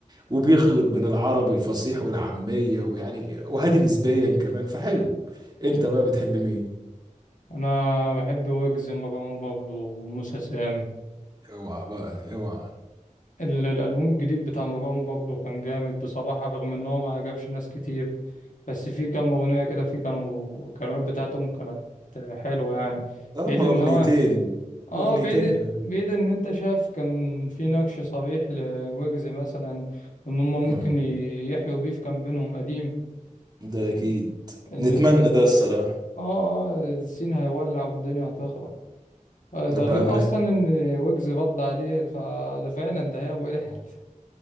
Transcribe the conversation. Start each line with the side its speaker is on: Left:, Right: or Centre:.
Right: وبيخلط بين العربي الفصيح والعامية ويعني وهادي نسبيا كمان فحلو انت بقى بتحب مين
Left: انا بحب ويجز مروان بابلو وموسى سام
Right: اوعى بقى اوعى
Left: ال- الألبوم الجديد بتاع مروان بابلو كان جامد بصراحة رغم إن هو ما عجبش ناس كتير بس في كام أغنية كده في كانوا الكلمات بتاعتهم كانت حلوة يعني
Right: هما
Left: بعيد إن
Right: أغنيتين
Left: هو آه
Right: أغنيتين
Left: بعيد
Right: كانوا حلوين
Left: بعيد إن أنت شايف كان في نقش صريح لويجز مثلا وإن هما ممكن
Right: أمم،
Left: ي- يحيوا بيف كان بينهم قديم
Right: ده أكيد
Left: إن
Right: نتمنى
Left: ب...
Right: ده الصراحة
Left: آه آه السين هيولع والدنيا هتخرب آه، ده
Right: نبقى
Left: غير
Right: لنا-
Left: أصلا إن ويجز رد عليه فده فعلا ده هي وقعت